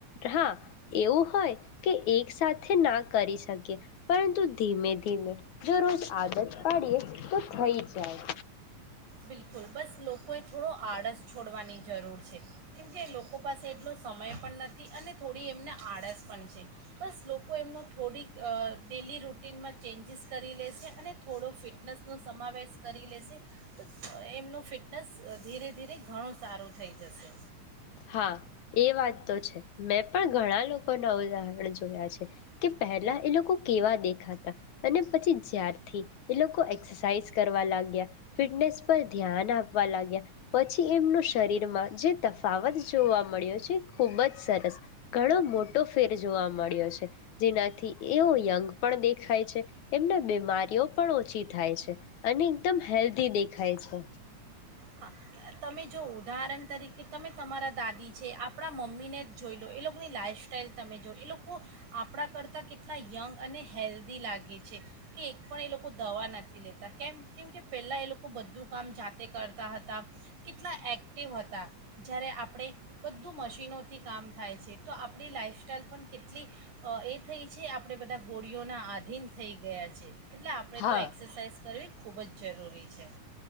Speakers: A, on the left (about 75°); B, on the right (about 85°).
A: હા એવું હોય કે એક સાથે ના કરી શકીએ, પરંતુ ધીમે-ધીમે જો રોજ આદત પાડીએ તો થઈ જાય.
B: બિલકુલ. બસ લોકોએ થોડો આળસ છોડવાની જરૂર છે, કેમકે લોકો પાસે એટલો સમય પણ નથી અને થોડી એમને આળસ પણ છે. બસ લોકો એમનો થોડીક અહ ડેલી રૂટીનમાં ચેન્જીસ કરી લેશે અને થોડો ફિટનેસનો સમાવેશ કરી લેશે તો અહ એમનું ફિટનેસ ધીરે-ધીરે ઘણું સારું થઈ જશે.
A: હા એ વાત તો છે. મેં પણ ઘણા લોક કોના ઉદાહરણ જોયા છે, કે પહેલા એ લોકો કેવા દેખાતા અને પછી જ્યાર થી એ લોકો એક્સરસાઈઝ કરવા લાગ્યા, ફિટનેસ પર ધ્યાન આપવા લાગ્યા, પછી એમનું શરીરમાં જે તક ફાવત જોવા મળ્યો છે, ખુબ જ સરસ. ઘણો મોટો ફેર જોવા મળ્યો છે. જેનાથી એઓ યંગ પણ દેખાય છે, એમને બીમારીઓ પણ ઓછી થાય છે, અને એકદમ હેલ્ધી દેખાય છે.
B: હા તમે જો ઉદાહરણ તરીકે તમે તમારા દાદી છે, આપણા મમ્મીને જ જોઈ લો, એ લોકોની લાઈઇફસ્ટાઈલ તમે જો, એ લોકો આપણા કરતાં કેટલા યંગ અને હેલ્ધી લાગે છે, કે એક પણ એ લોકો દવા નથી લેતા, કેમ? કેમ કે પહેલાં એ લોકો બધું કામ જાતે કરતા હતા. કેટલા એક્ટિવ હતા, જ્યારે આપણે બધું મશીનોથી કામ થાય છે. તો આપણી લાઇફસ્ટાઈલ પણ કેટલી અહ એ થઈ છે, આપણે બધા ગોળીઓના આધીન થઈ ગયા છે. એટલે આપણેે
A: હા
B: તો એક્સરસાઇઝ કરવી ખૂબ જ જરૂરી છે